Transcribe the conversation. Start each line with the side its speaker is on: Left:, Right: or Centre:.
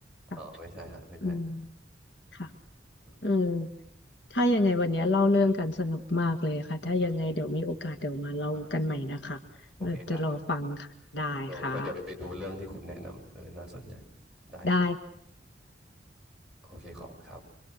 Left: ค่ะ
Centre: อ๋อไม่ใช่ฮะไม่ใช่
Left: อืมค่ะ
Centre: อืม
Left: เออถ้ายังไงวันนี้เล่าเรื่องกันสนุกมากเลยค่ะถ้ายังไงเดี๋ยวมีโอกาสเดี๋ยวมาเล่ากันใหม่นะคะเราจะรอฟังค่ะได้ค่ะ
Centre: อืมอืมอ่าโอเคได้ครับ ไว้เดี๋ยวไปไปดูเรื่องที่คุณแนะนำเออน่าสนใจได้ครับ
Left: ได้
Centre: โอเคขอบคุณครับ